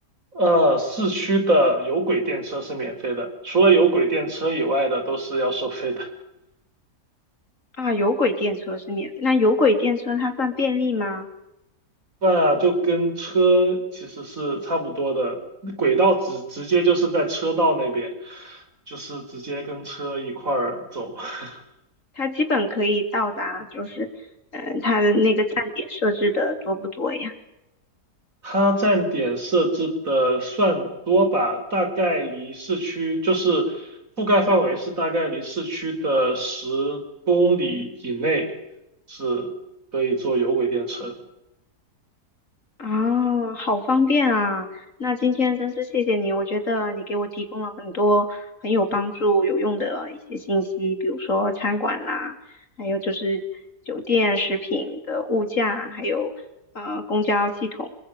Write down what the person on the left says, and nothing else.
啊有轨电车是免费。那有轨电车它算便利吗？
它基本可以到达，就是，嗯、呃它的那个站点设置的多不多呀？
啊，好方便啊！那今天真是谢谢你，我觉得你给我提供了很多很有帮助、有用的一些信息，比如说餐馆啦，还有就是酒店、食品的物价，还有呃公交系统。